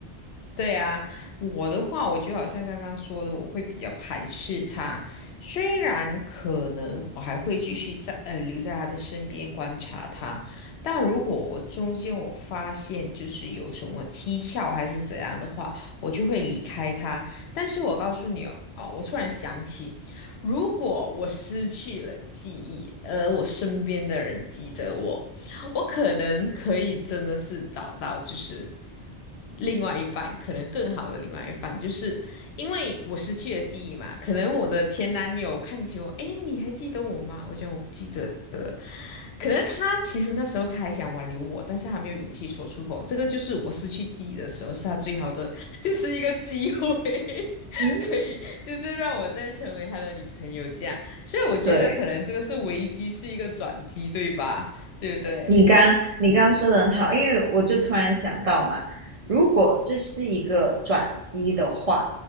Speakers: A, on the left; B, on the right.
A: 对啊，我的话，我就好像刚刚说的，我会比较排斥他。虽然可能我还会继续在呃留在他的身边观察他，但如果我中间我发现就是有什么蹊跷还是怎样的话，我就会离开他。但是我告诉你哦，哦我突然想起，如果我失去了记忆，而我身边的人记得我。我可能可以真的是找到，就是另外一半，可能更好的另外一半，就是因为我失去了记忆嘛，可能我的前男友看起我，诶，你还记得我吗？我讲我不记得了，可能他其实那时候他还想挽留我，但是他没有勇气说出口，这个就是我失去记忆的时候，是他最好的，就是一个机会。<laughs>
B: 嗯，
A: 可以，就是让我再成为他的女朋友这样，所以我觉得可能这个是危机，
B: 对。
A: 是一个转机，对吧？对不对？
B: 你刚你刚说的很好，因为我就突然想到嘛，如果这是一个转机的话，